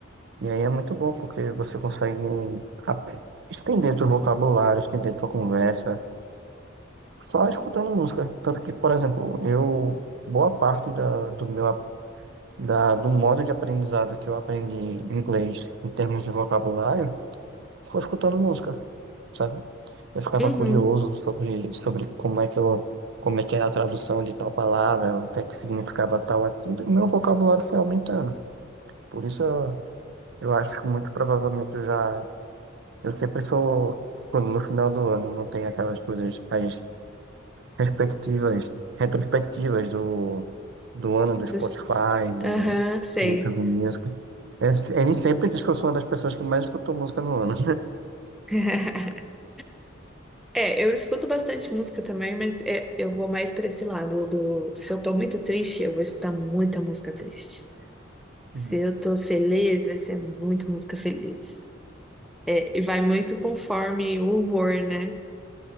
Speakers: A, on the right; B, in the centre.
A: E aí é muito bom, porque você consegue ap- estender teu vocabulário, estender tua conversa, só escutando música. Tanto que, por exemplo, eu, boa parte da, do meu da, do modo de aprendizado que eu aprendi inglês em termos de vocabulário foi escutando música, sabe? Eu ficava
B: uhum.
A: curioso sobre, sobre como é que eu, como é que era a tradução de tal palavra, o que é que significava tal aquilo, e meu vocabulário foi aumentando. Por isso eu, eu acho que muito provavelmente eu já, eu sempre sou, quando no final do ano não tem aquelas coisas, as respectivas, retrospectivas do, do ano do
B: Dos-
A: Spotify, do
B: Aham, sei.
A: YouTube Music. É, ele sempre diz que eu sou uma das pessoas que mais escutou música no ano.
B: <laughs> É, eu escuto bastante música também, mas é, eu vou mais pra esse lado do. Se eu tô muito triste, eu vou escutar muita música triste.
A: <laughs>
B: Se eu tô feliz, vai ser muita música feliz. É, e vai muito conforme o humor, né?